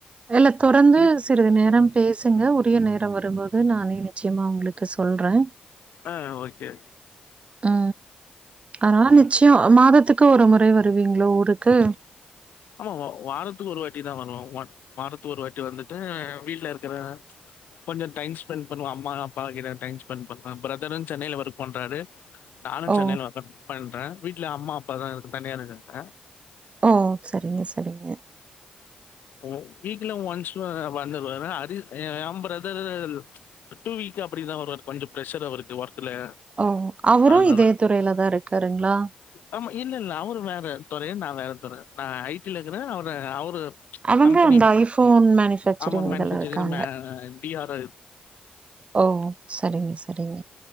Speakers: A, on the right; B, on the left.
A: இல்ல தொடர்ந்து
B: திருப்
A: சிறிது நேரம் பேசுங்க உரிய நேரம் வரும்போது நானே நெச்சயமா உங்களுக்கு சொல்றே
B: ஆ ஓகே
A: ஆ ஆரம்மிச் மாதத்துக்கு ஒரு முறை வருவீங்களோ ஊருக்கு
B: ஆமா வாரத்துக்கு ஒரு வாட்டி தான் வருவே வாரத்துகாகு ஒரு வாட்டி வந்துட்டு வீட்டுல இருக்கிற கொஞ்சோ டைம் ஸ்பெண்ட் பண்ணுவம் அம்மா அப்பா கிட்ட டைம் ஸ்பெண்ட் பண்ணுவே பிரதரும் சென்னையில ஒர்க் பண்றாரு நானு
A: ஓ!
B: சென்னை ல ஒர்க் பண்றே வீட்ல அம்மா அப்பா தான் இருக்கு தனியா இருக்காங்க
A: ஓ செரிங்க செரிங்க
B: ஓ வீக்ல ஒன்ஸ் வ வந்துருவரு அரி ஏன் பிரதர் டூ வீக் அப்டிதா வருவாரு கொஞ்சோ ப்ரஷ்ஷர் அவருக்கு ஒர்க் லே
A: ஓ! அவரும்
B: அதனால
A: இதே துறையில தான் இருக்காருங்களா?
B: ஆமா இல்ல இல்ல அவரு வேறத் துற நா வேறத் துற நா ஐட்டில க்குறே அவரு அவரு
A: அவங்க
B: கம்பெனி
A: அந்த
B: ஒ
A: மேனுஃபேக்சரிங்
B: ஆமா மேனிஃபேக்ச்சர்
A: இதுல இருக்காங்க.
B: இரு மே அ பி ஆர
A: ஓ செரிங்க செரிங்க